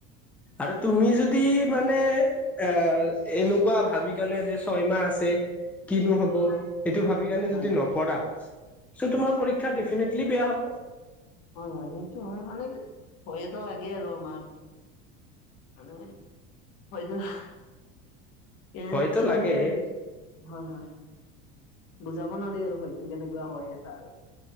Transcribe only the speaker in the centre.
আৰু তুমি যদি মানে এ' এনেকুৱা ভাবি কিনে, যে ছয়মাহ আছে কিনো হ'ব। সেইটো ভাবি কিনে
যদি
নপঢ়া, চ' তোমাৰ পৰীক্ষা দেফিনেটলি বেয়া হ'ব।
ভয়তো
লাগে